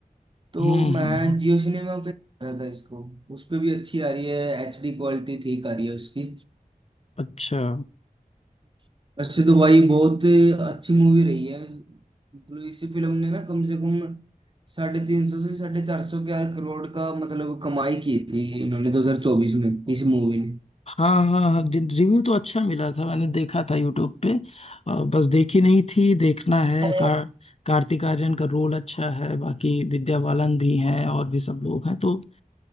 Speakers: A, on the right (about 35°); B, on the left (about 45°).
A: तो
B: हम्म हम्म
A: मैं
B: हम्म,
A: जियो सिनेमा पे देख रहा था इसको उस पे भी अच्छी आ रही है एच डी क्वालिटी ठीक आ रही है उसकी
B: अच्छा
A: वैसे तो भाई बहुत अच्छी मूवी रही है मतलब इस फिल्म ने ना कम से कम साढ़े तीन सौ से साढ़े चार सौ के करोड़ का मतलब कमाई की थी इन्होंने 2024 में इस मूवी
B: हाँ हाँ हाँ रिव्यू तो अच्छा मिला था मैंने देखा था यूट्यूब पे अ, बस देखी नहीं थी देखना है
A: ने
B: का, कार्तिक आर्यन का रोल अच्छा है बाकी विद्या बालन भी हैं और भी सब लोग हैं तो